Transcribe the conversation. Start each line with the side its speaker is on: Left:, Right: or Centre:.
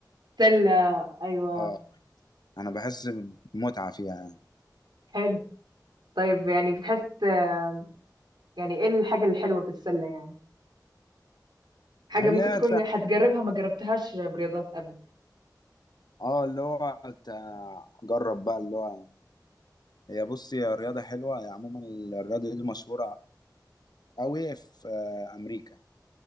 Right: سلة ايوه
Left: اه أنا بحس بمتعة فيها يعني
Right: حلو طيب يعني بتحس آه، يعني ايه الحاجة الحلوة بالسلة يعني حاجة
Left: اللي
Right: ممكن
Left: هي
Right: تكون
Left: تع-
Right: هتجربها ما جربتهاش برياضات قبل
Left: اه اللي هو تع- جرب بقى اللي هو هي بص هي رياضة حلوة هي عموما الرياضة دي مشهورة أوي في آه، أمريكا